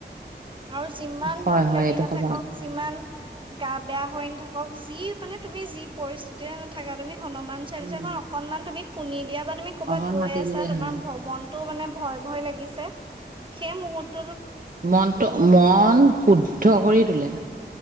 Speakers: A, on the right; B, on the right.
A: আৰু যিমান
B: হয়
A: দুখ
B: হয়
A: লাগি
B: এইটো
A: নাথাকক
B: সঁচা কথা।
A: যিমান গা বেয়া হৈ নাথাকক যি মানে তুমি যি পৰিস্থিতিয়ে নাথাকা তুমি হনুমান হনুমান চালিছাখন
B: উম
A: অকনমান তুমি শুনি কেতিয়াবা তুমি কৰ'বাত
B: অকণ
A: গৈ
B: মাতি
A: আছা
B: দিলেই
A: তোমাৰ
B: হ'ল
A: মনতো মানে ভয় ভয় লাগে। নিছে সেই মুহ্ত ত
B: মনটো মন শুদ্ধ কৰি তোলে